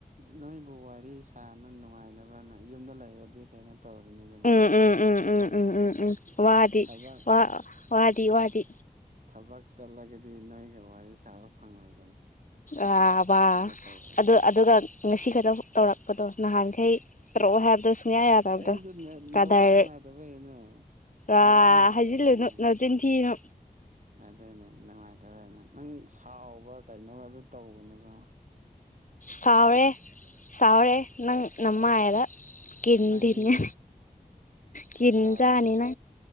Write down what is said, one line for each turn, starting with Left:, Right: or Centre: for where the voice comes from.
Right: ꯅꯣꯏꯕꯨ ꯋꯥꯔꯤ ꯁꯅ ꯅꯨꯡꯉꯥꯏꯅꯕꯅ ꯌꯨꯝꯗ ꯂꯩꯔꯗꯤ ꯀꯩꯅꯣ ꯇꯧꯔꯤꯅꯤꯗꯅ
Left: ꯎꯝ ꯎꯝ ꯎꯝ
Right: ꯊꯕꯛ
Left: ꯎꯝ ꯎꯝ ꯎꯝ ꯎꯝ ꯋꯥꯗꯤ
Right: ꯊꯕꯛ
Left: ꯋꯥ ꯋꯥꯗꯤ ꯋꯥꯗꯤ
Right: ꯊꯕꯛ ꯆꯠꯂꯒꯗꯤ ꯅꯣꯏꯒ ꯋꯥꯔꯤ ꯁꯥꯕ ꯐꯪꯉꯣꯏ
Left: ꯑꯥ ꯋꯥ
Right: ꯇꯧꯕꯅꯦ
Left: ꯑꯗꯨ ꯑꯗꯨꯒ ꯉꯁꯤ ꯈꯗ ꯇꯧꯔꯛꯄꯗꯣ ꯅꯍꯥꯟꯈꯩ ꯇꯔꯛꯑꯣ ꯍꯥꯏꯕꯗꯣ ꯁꯨꯡꯌꯥ ꯌꯥꯗꯕꯗꯣ
Right: ꯑꯩꯗꯣ ꯅꯦꯠꯋꯥꯛ
Left: ꯀꯥꯗꯥꯏ
Right: ꯅꯨꯡꯉꯥꯏꯇꯕꯩꯅꯦ ꯅꯦꯠꯋꯥꯛ
Left: ꯑ
Right: ꯅꯨꯡꯉꯥꯏꯇꯕꯩꯅꯦ
Left: ꯍꯥꯏꯖꯤꯜꯂꯨꯅꯨ ꯅ ꯇꯤꯟ ꯊꯤꯅꯨ
Right: ꯑꯗꯨꯅꯦ ꯅꯨꯡꯉꯥꯏꯇꯕꯩꯅꯦ ꯅꯪ ꯁꯥꯎꯕ ꯀꯩꯅꯣ ꯑꯗꯨ ꯇꯧꯕꯅꯦꯕꯣ
Left: ꯁꯥꯎꯔꯦ ꯁꯥꯎꯔꯦ ꯅꯪ
Right: ꯁꯥꯎꯔꯦ
Left: ꯅꯃꯗ ꯀꯤꯟꯗꯤꯅꯤꯅꯦ
Right: ꯅꯪ
Left: ꯀꯅ
Right: ꯁꯥꯎ
Left: ꯆꯅꯤꯅ